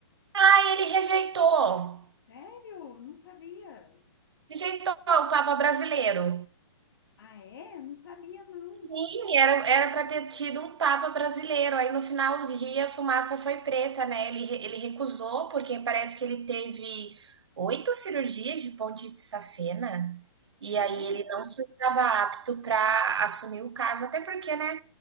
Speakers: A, on the right; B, on the left.
A: Aí ele rejeitou,
B: Sério? Não sabia.
A: rejeitou o Papa brasileiro.
B: Ah, é? Não sabia, não.
A: Sim, era era para ter tido um papa brasileiro, aí no final do dia a fumaça foi preta, né, ele re ele recusou, porque parece que ele teve 8 cirurgias de ponte de safena, e
B: É?
A: aí ele não se estava apto para assumir o cargo, até porque, né,